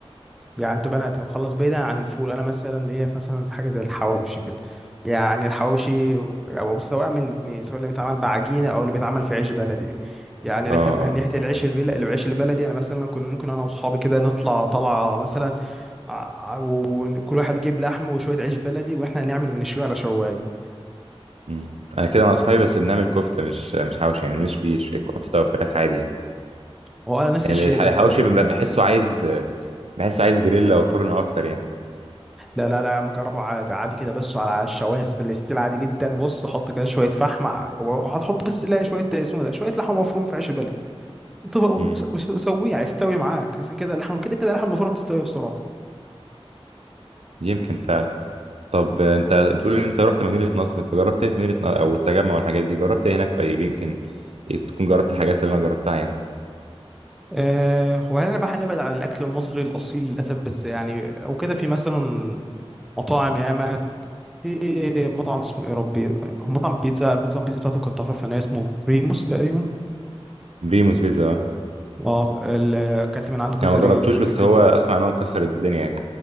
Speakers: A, in the centre; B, on the right.
A: يعني انت بقى خلص بعيدا عن الفول انا مثلا ليا في- مثلا في حاجه زي الحواوشي كده يعني الحواوشي او سواء من الاثنين سواء اللي بيتعمل بعجينه او اللي بيتعمل في عيش بلدي يعني
B: آه
A: لكن
B: آه
A: من
B: آه.
A: ناحيه العيش البلدي العيش البلدي انا مثلا كنت ممكن انا واصحابي كده نطلع طلعه مثلا ع- ع- وكل واحد يجيب لحم وشويه عيش بلدي واحنا نعمل ونشويه على شوايه
B: مم. أنا كده مع أصحابي بس بنعمل كفتة مش مش حواوشي يعني بنشوي شوية كفتة وفراخ عادي يعني
A: هو انا نفس
B: يعني
A: الشيء
B: الح-
A: بس
B: الحواوشي
A: لا
B: ب- بحسه عايز بحسه عايز جريلا وفرن اكتر يعني
A: لا لا, لا مجربه عادي عادي كده بس على الشوايه الاستيل عادي جدا بص حط كده شويه فحم ع- وهتحط بس لا شويه اسمه ده شويه لحمه مفرومه في عيش البلد وتف- وس-
B: امم
A: وس- وسويها يستوي معاك بس كده اللحمه كده كده اللحمه المفرومه بتستوي بسرعه
B: يمكن فعلا طب انت بتقول لي انت رحت مدينة نصر انت جربت ايه في مدينة نصر او التجمع والحاجات دي جربت ايه هناك طيب يمكن تكون جربت الحاجات اللي انا جربتها يعني
A: أه وهل انا بقى هنبعد عن الاكل المصري الاصيل للاسف بس يعني لو كده في مثلا مطاعم ياما في مطعم اسمه ايه يا ربي هو مطعم بيتزا نظام البيتزا بتاعته كانت تحفه فنيه اسمه بريموس تقريبا
B: بريموس بيتزا اه
A: اه ال- اكلت من عنده كذا
B: انا ما جربتوش
A: ري- في
B: بس
A: بيتزا
B: هو اسمع ان هو مكسر الدنيا يعني